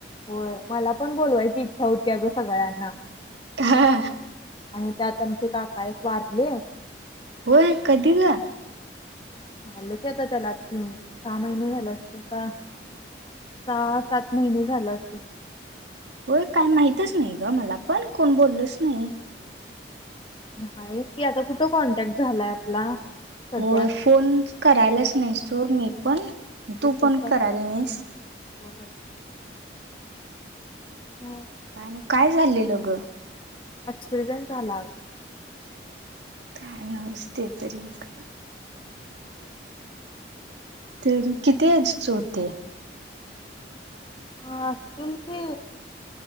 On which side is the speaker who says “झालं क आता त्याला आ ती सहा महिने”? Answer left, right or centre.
Left